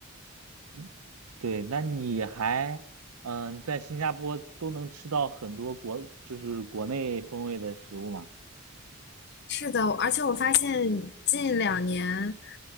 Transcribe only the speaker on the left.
是的，而且我发现近两年